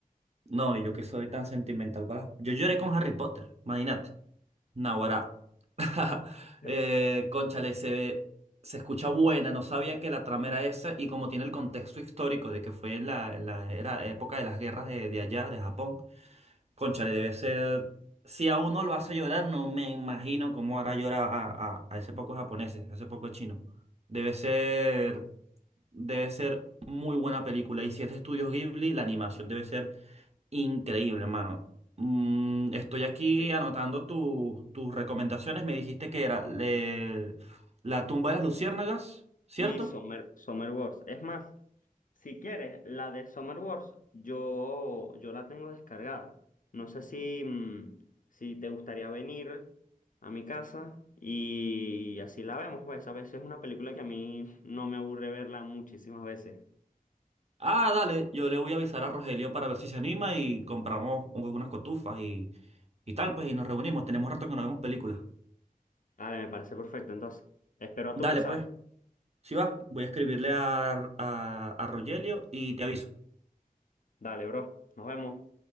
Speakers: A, on the right; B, on the left.
A: no, y yo que soy tan sentimental para. Yo lloré con Harry Potter, imagínate. Naguará. <laughs>
B: <laughs>
A: eh, cónchale, se, ve- se escucha buena, no sabía que la trama era esa, y como tiene el contexto histórico de que fue en la, en la era, época de las guerras de, de allá, de Japón. Cónchale, debe ser. Si a uno lo hace llorar, no me imagino cómo hará llorar a, a, a ese poco japonés, a ese poco chino. Debe ser. Debe ser muy buena película. Y si es de Estudios Ghibli, la animación debe ser increíble, hermano. Mm, estoy aquí
B: Sí.
A: anotando tu- tus recomendaciones. Me dijiste que era le- La tumba de las luciérnagas, ¿cierto?
B: Y Summer, Summer Wars. Es más, si quieres, la de Summer Wars, yo, yo la tengo descargada. No sé si, mm, si te gustaría venir a mi casa y así la vemos, pues a veces es una película que a mí no me aburre verla muchísimas veces.
A: Ah, dale, yo le voy a avisar a Rogelio para ver si se anima y compramos un- unas cotufas y, y tal, pues, y nos reunimos. Tenemos rato que no vemos películas.
B: Dale, me parece perfecto. Entonces, espero a
A: Dale,
B: tu mensaje.
A: pues, si va, voy a escribirle a, a, a Rogelio y te aviso.
B: Dale, bro. Nos vemos.